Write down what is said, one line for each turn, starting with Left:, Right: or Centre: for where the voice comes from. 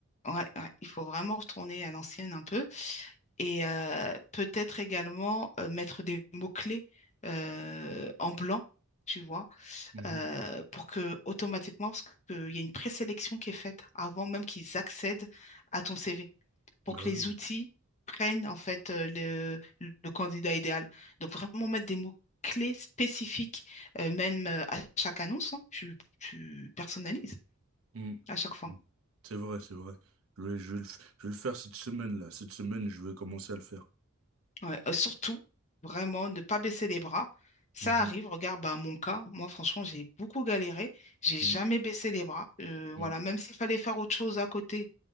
Left: ouais, ouais, il faut vraiment retourner à l'ancienne un peu. Et euh, peut-être également euh, mettre des mots-clés euh, en blanc, tu vois,
Right: Mhm.
Left: euh, pour que automatiquement, parce qu'il y a une présélection qui est faite avant même qu'ils accèdent à ton CV, pour
Right: Ah
Left: que les
Right: oui.
Left: outils prennent en fait euh, le, le candidat idéal. Donc vraiment mettre des mots-clés spécifiques, euh, même euh, à chaque annonce, hein, tu, tu personnalises
Right: Mm.
Left: à chaque fois.
Right: Mm. C'est vrai, c'est vrai. Je vais, je vais le, f- je vais le faire cette semaine-là. Cette semaine, je vais commencer à le faire.
Left: Ouais, euh, surtout, vraiment, ne pas baisser les bras. Ça
Right: Mhm.
Left: arrive, regarde, bah, mon cas, moi, franchement, j'ai beaucoup galéré. J'ai
Right: Mm.
Left: jamais baissé les bras. Euh, voilà,
Right: Mm.
Left: même s'il fallait faire autre chose à côté,